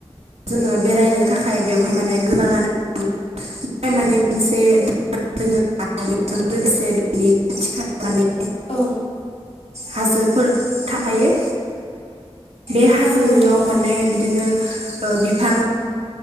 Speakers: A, on the right; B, on the left.
A: जोङो बेरायनो थाखाय बेवहाय माने गोबाङानो बेहाय माने मोनसे दोनो आरो बेजों लोगोसे बेनि थिखानानै
B: औ
A: हाजोफोर थाफायो बे हाजोआव
B: औ नोंथां
A: माने बिदिनो बिफां